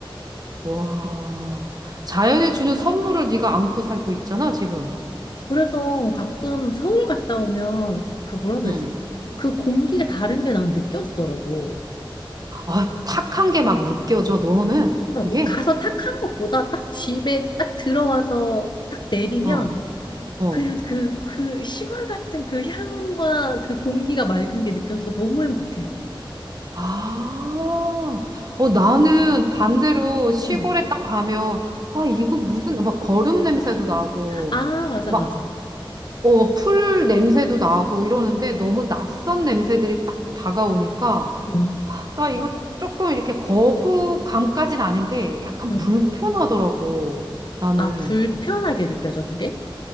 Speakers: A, on the right (about 45°); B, on the left (about 60°).
A: 와, 자연이 주는 선물을 네가 안고 살고 있잖아, 지금.
B: 그래서 가끔 서울 갔다 오면 그 뭐라 해야
A: 응.
B: 되지? 그 공기가 다른 게 난 느껴지더라고.
A: 아, 탁한 게 막 느껴져, 너는.
B: 어,
A: 그게?
B: 뭐 가서 탁 한 것보다 딱 집에 딱 들어와서 딱 내리면
A: 어, 어.
B: 그냥 그, 그 시골 같은 그 향과 그 공기가 맑은 게 느껴져서 너무 행복해.
A: 아, 어, 나는 반대로 시골에
B: 응.
A: 딱 가면, 아, 이거 무슨, 막 거름 냄새도 나고,
B: 아, 맞아,
A: 막
B: 맞아.
A: 어, 풀 냄새도 나고 이러는데 너무 낯선 냄새들이 딱 다가오니까
B: 응,
A: 나 이거 조금 이렇게 거부감까진 아닌데 약간
B: 응.
A: 불편하더라고. 나는.
B: 아, 불편하게 느껴져, 그게?